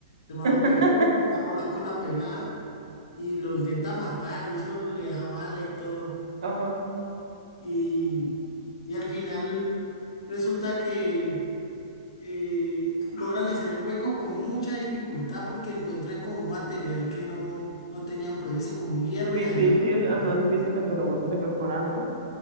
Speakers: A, on the left (about 70°); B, on the right (about 85°).
A: el man
B: <laughs>
A: lo persigue porque está volando con la pelada y lo intenta matar, y eso le da bala y todo,
B: Ajá.
A: y, y al final resulta que eh, logran hacer el hueco con mucha dificultad porque encuentran como un material que no, no tenían previsto, como un hierro y
B: Difícil,
A: dañado a
B: ajá,
A: bloques.
B: difícil de, perfor- de perforar, ¿no?